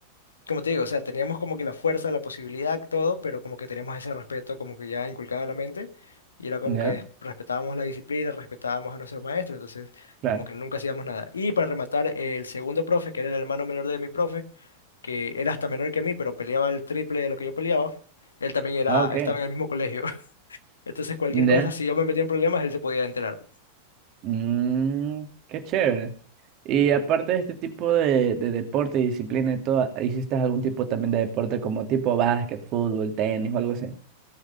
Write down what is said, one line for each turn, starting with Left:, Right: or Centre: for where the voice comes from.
Left: como te digo, o sea, teníamos como que la fuerza, la posibilidad, todo, pero como que teníamos ese respeto como que ya inculcado en la mente y era como
Right: ¿Ya?
Left: que des- respetábamos la disciplina, respetábamos a nuestro maestro, entonces
Right: Claro.
Left: como que nunca hacíamos nada. Y para rematar, eh, el segundo profe, que era el hermano menor de mi profe, que era hasta menor que mí, pero peleaba el triple de lo que yo peleaba, él también era,
Right: Ah, ok.
Left: estaba en el mismo colegio. <laughs> Entonces, cualquier
Right: ¿Ya?
Left: cosa, si yo me metía en problemas, él se podía enterar.
Right: Mm, qué chévere. Y
Left: Ujú.
Right: aparte de este tipo de, de deporte y disciplina y todo, ¿hiciste algún tipo también de deporte como tipo básquet, fútbol, tenis o algo así?